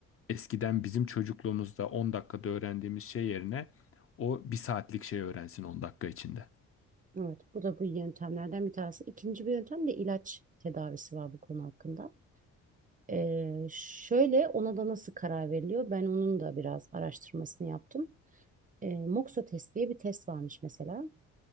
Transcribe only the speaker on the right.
Evet, bu da bu yöntemlerden bir tanesi. İkinci bir yöntem de ilaç tedavisi var bu konu hakkında. Ee, şöyle ona da nasıl karar veriliyor? Ben onun da biraz araştırmasını yaptım. Ee, Moxa test diye bir test varmış mesela.